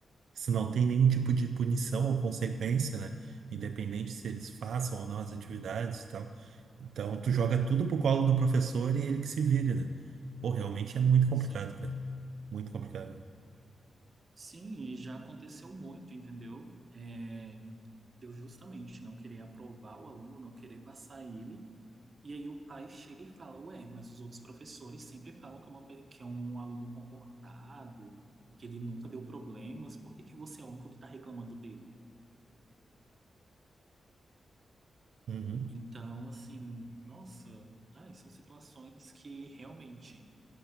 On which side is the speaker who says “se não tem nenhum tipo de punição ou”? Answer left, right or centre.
Right